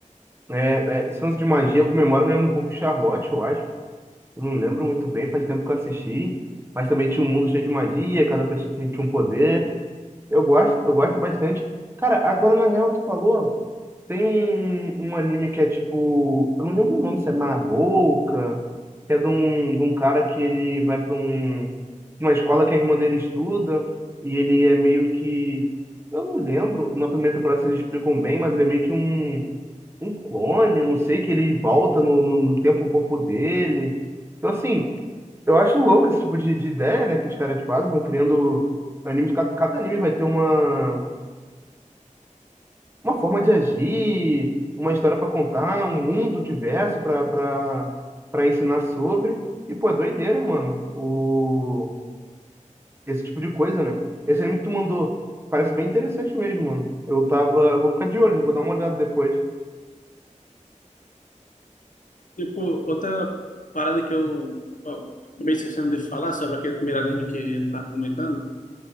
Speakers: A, on the right; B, on the left.
A: É, é, esse lance de magia comemora mesmo um pouco Charlotte, eu acho. Eu não lembro muito bem, faz tempo que eu assisti. Mas também tinha um mundo cheio de magia, cada pessoa tinha, tinha um poder. Eu gosto, eu gosto bastante. Cara, agora na real, tu falou, tem um, um anime que é tipo. Eu não lembro o nome, se é Marrouca, que é de um, de um cara que ele vai pra um, uma escola que a irmã dele estuda, e ele é meio que. Eu não lembro, na primeira temporada se eles explicam bem, mas ele é meio que um um clone, eu não sei que ele volta no, no, no tempo o corpo dele. Então, assim, eu acho louco esse tipo de, de ideia, né, que os caras fazem, vão criando animes, ca- cada anime vai ter uma, uma forma de agir, uma história pra contar, um mundo diverso pra para para ensinar sobre. E, pô, é doideira, mano, o, esse tipo de coisa, né? Esse anime que tu mandou parece bem interessante mesmo, mano. Eu tava, eu vou ficar de olho, vou dar uma olhada depois.
B: Tipo, outra parada que eu, eu acabei esquecendo de falar sobre aquele primeiro anime que ele tá comentando